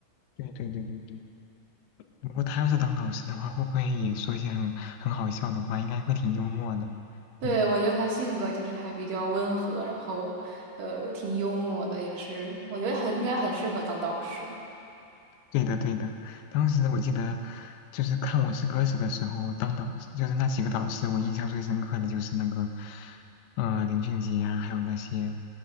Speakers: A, on the left; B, on the right.
A: 对对对对对。不过他要是当导师的话，会不会也说一些很很好笑的话？应该会挺幽默的。
B: 对，
A: 嗯。
B: 我觉得他性格就是还比较温和，然后呃挺幽默的，也是我觉得很应该很适合当导师。
A: 对的，对的。当时我记得，就是看《我是歌手》的时候，当导师就是那几个导师，我印象最深刻的就是那个，呃，林俊杰啊，还有那些